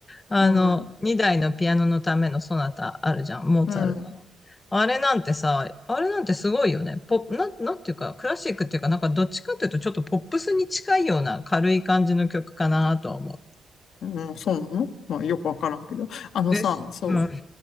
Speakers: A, on the left; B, on the left.
A: あの、
B: うん、
A: 2台のピアノのためのソナタあるじゃん、モーツァルトの。
B: うん、
A: あれなんてさ、あれなんてすごいよね。ポ、なん、なんていうか、クラシックっていうか、なんかどっちかっていうとちょっとポップスに近いような軽い感じの曲かなとは思う。
B: うん、そうなのまあ、よくわからんけど。あのさ、
A: です。
B: そ
A: うん、